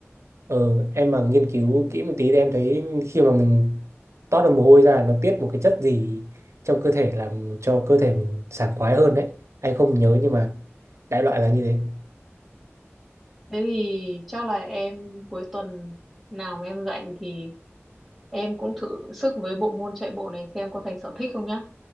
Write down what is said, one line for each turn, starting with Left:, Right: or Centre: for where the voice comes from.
Right: ờ, em mà nghiên cứu kỹ một tí thì em thấy khi mà mình toát được mồ hôi ra nó tiết một cái chất gì trong cơ thể làm cho cơ thể mình sảng khoái hơn đấy anh không nhớ nhưng mà đại loại là như thế <laughs>
Centre: Thế thì chắc là em cuối tuần nào mà em rảnh thì em cũng thử sức với bộ môn chạy bộ này xem có thành sở thích không nhá.